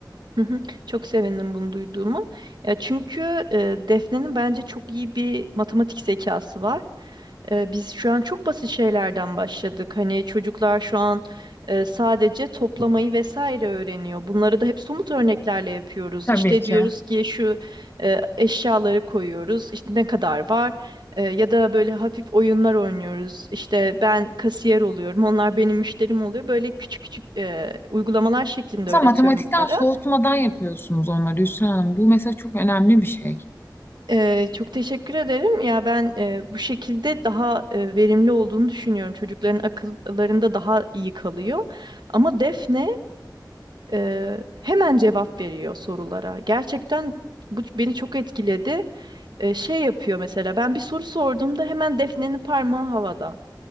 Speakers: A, on the right (about 70°); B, on the left (about 30°).
A: hı hı. Çok sevindim bunu duyduğuma. Ya çünkü e, Defne'nin bence çok iyi bir matematik zekası var. E, biz şu an çok basit şeylerden başladık. Hani çocuklar şu an e, sadece toplamayı vesaire öğreniyor. Bunları da hep somut örneklerle yapıyoruz.
B: Tabii
A: İşte
B: ki.
A: diyoruz ki şu e, eşyaları koyuyoruz. İşte ne kadar var? E, ya da böyle hafif oyunlar oynuyoruz. İşte ben kasiyer oluyorum. Onlar benim müşterim oluyor. Böyle küçük küçük e, uygulamalar şeklinde
B: Mesela
A: öğretiyorum
B: matematikten
A: onlara.
B: soğutmadan yapıyorsunuz onları Yusra Hanım. Bu mesela çok önemli bir şey.
A: Ee, çok teşekkür ederim. Ya ben e, bu şekilde daha e, verimli olduğunu düşünüyorum. Çocukların akıllarında daha iyi kalıyor. Ama Defne e, hemen cevap veriyor sorulara. Gerçekten bu beni çok etkiledi. E, şey yapıyor mesela ben bir soru sorduğumda hemen Defne'nin parmağı havada.